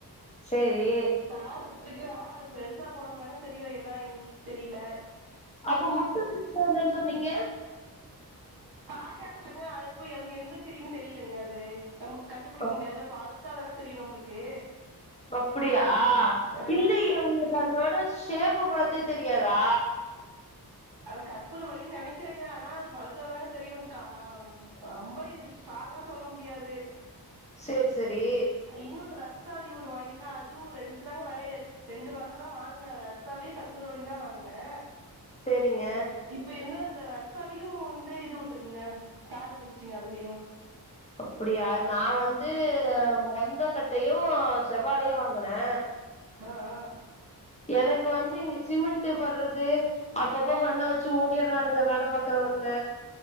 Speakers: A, on the left (about 15°); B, on the right (about 70°).
A: சேரி
B: தாறு வுட்டுருக்கு ஆனா அது பெருசா போனம்லங்க தெரியு என்னா எதுனு தெரியில
A: அப்ப முட்டு பிச்சுட்டு வந்தன்னு சொன்னீங்க
B: காயா இருக்லங்க அது போய் அது எந்த செடின்னு தெரியலங்க அது நமக்கு கண்டுபுடிக்க
A: அப்-
B: முடியாதுல்ல பழுத்தாதானே தெரியு நம்மளுக்கு
A: அப்புடியா
B: ஆ
A: இல்லயே உங்களுக்கு அதோட ஷேப்பு பாத்தே தெரியாதா
B: அத கற்பூரவள்ளினு நனைக்கிறங்க ஆனா அது பழுத்தா தாங்க தெரியு கா அம்ப இது ஸ்ட்டாங்கா சொல்ல முடியாது
A: சேரி சேரி
B: இன்னொன்ற ரஸ்த்தாலி ஒன்னு வாங்கிருக்க அதுவு ரெண்டு தாங்க வரயே ரெண்டு வகதா வாங்குனே ரஸ்த்தாலியு கற்பூர வள்ளியுந்தா வாங்குனே
A: சேரிங்க
B: இப்ப என்ன ர ரஸ்தாலியு வந்து இது வுட்ருக்குங்க காறு வந்துருச்சுங்க அதுலயு
A: அப்டியா நா வந்து மொந்தக்கட்டையு செவ்வாலையு வாங்குனே
B: அ ஆ
A: எனக்கு வந்து இங்க சிமெண்ட்டு பட்றது அப்பப்ப மண்ண வச்சு மூடிறானுங்க வேல பாக்க வருங்க